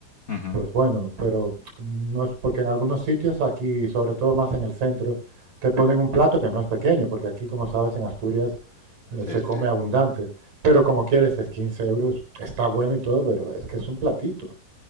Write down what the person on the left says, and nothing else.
Ujú.
Sí,
sí.